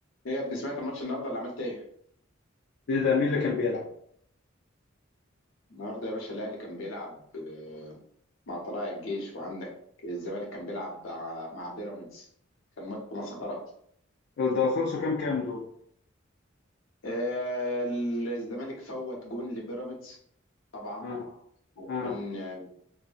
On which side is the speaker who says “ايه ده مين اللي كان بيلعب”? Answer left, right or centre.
Left